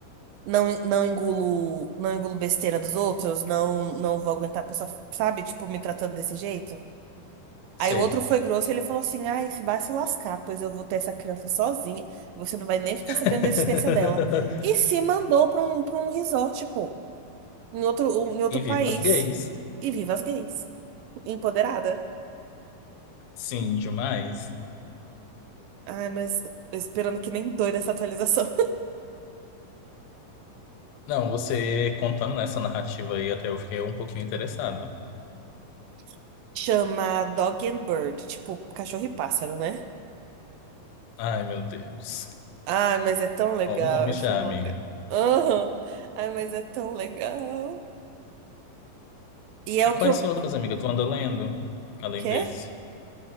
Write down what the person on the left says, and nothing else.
Sei.
<laughs>
E
viva as gays.
Sim, demais.
Não, você contando nessa narrativa aí, até eu fiquei um pouquinho interessado.
Ai, meu Deus.
Ó, o nome
já,
amiga.
E
quais
outros, amiga, tu anda lendo além
desse?